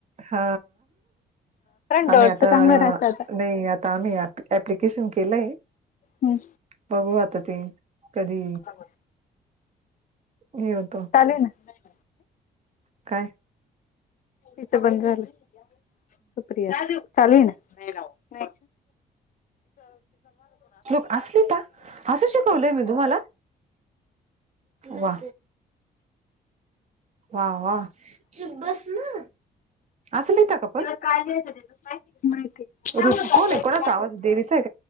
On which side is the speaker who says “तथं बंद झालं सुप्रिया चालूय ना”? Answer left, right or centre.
Left